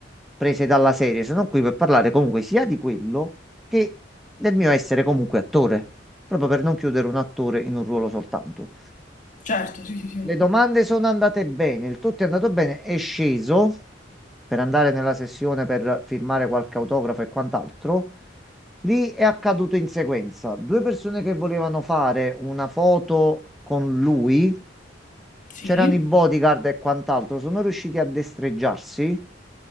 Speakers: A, in the centre; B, on the left.
A: prese dalla serie, sono qui per parlare comunque sia di quello che del mio essere comunque attore, proprio per non chiudere un attore in un ruolo soltanto.
B: certo, sì, sì, sì,
A: Le domande sono andate bene, il tutto è andato bene, è sceso per andare nella sessione per firmare qualche autografo e quant'altro. Lì è accaduto in sequenza. Due persone che volevano fare una foto con lui,
B: sì,
A: c'erano i bodyguard e quant'altro, sono riusciti a destreggiarsi,